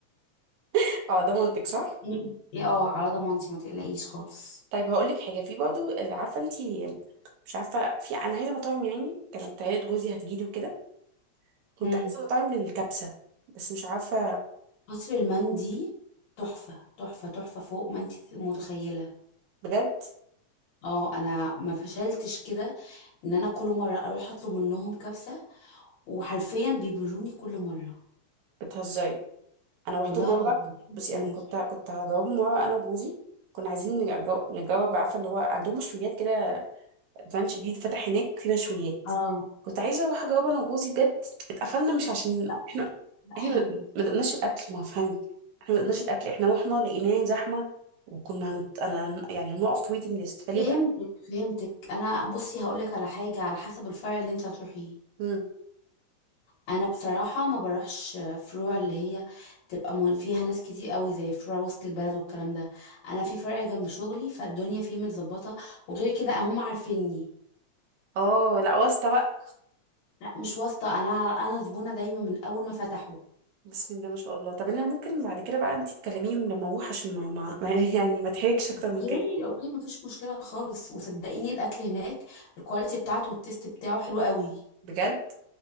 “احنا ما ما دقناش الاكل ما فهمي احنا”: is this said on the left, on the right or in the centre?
Right